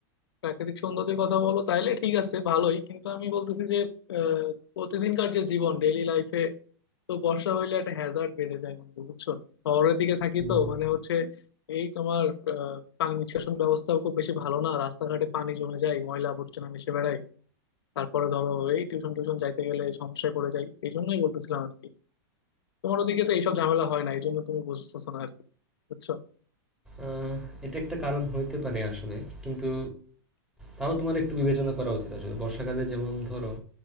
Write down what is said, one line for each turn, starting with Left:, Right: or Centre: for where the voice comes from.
Left: প্রাকৃতিক সৌন্দর্যের কথা বলো তাইলে ঠিক আছে ভালোই কিন্তু আমি বলতেছি যে আহ, প্রতিদিনকার যে জীবন ডেইলি লাইফে তো বর্ষা হইলে একটা হ্যাজার্ড বেড়ে যায় বন্ধু বুঝছো শহরের দিকে থাকি
Centre: হুম
Left: তো
Centre: হুম
Left: মানে হচ্ছে এই তোমার আহ, পানি নিষ্কাশন ব্যবস্থাও খুব বেশি ভালো না রাস্তাঘাটে পানি জমে যায় ময়লা আবর্জনা মিশে বেড়ায় তারপরে ধরো এই টিউশন টিউশন যাইতে গেলে সমস্যায় পড়ে যাই এই জন্যই বলতেছিলাম আর কি তোমার ওদিকে তো এইসব ঝামেলা হয় না এই জন্য তুমি বুঝতেছো না আর কি বুঝছো
Centre: আহ, এটা একটা কারণ হইতে পারে আসলে কিন্তু তাও তোমার একটু বিবেচনা করা উচিত আসলে বর্ষাকালে যেমন ধরো